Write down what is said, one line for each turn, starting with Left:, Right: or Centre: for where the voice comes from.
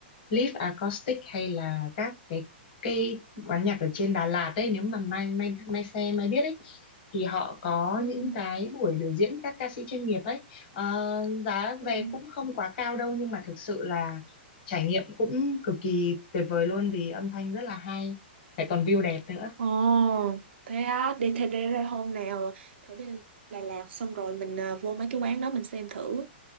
Left: live acoustic hay là các cái cái quán nhạc ở trên Đà Lạt ấy, nếu mà mai mai mai xe mai biết ấy thì họ có
Right: ừ,
Left: những cái buổi biểu diễn các ca sĩ chuyên nghiệp ấy Ờ, giá
Right: ừ.
Left: vé cũng không quá cao đâu nhưng mà thực sự là trải nghiệm cũng cực kỳ tuyệt vời luôn vì âm thanh rất là hay lại còn view đẹp nữa
Right: Ồ, thế á, đi thế để ra hôm nào thử đi Đà Lạt xong rồi mình à, vô mấy cái quán đó mình xem thử.